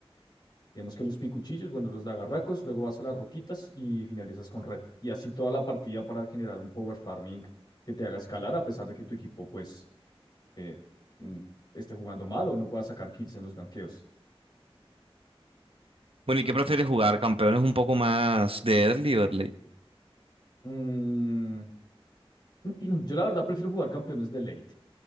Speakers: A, on the left (about 45°); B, on the right (about 65°).
A: digamos que los picuchillos, bueno, los dagarracos, luego vas a las roquitas y finalizas con red. Y así toda la partida para generar un power farming que te haga escalar a pesar de que tu equipo pues eh, mm, esté jugando mal o no pueda sacar kills en los ganqueos.
B: Bueno, ¿y qué
A: Entonces,
B: prefieres jugar? ¿Campeones un poco más de early o de late?
A: mm, <clears throat> yo la verdad prefiero jugar campeones de late.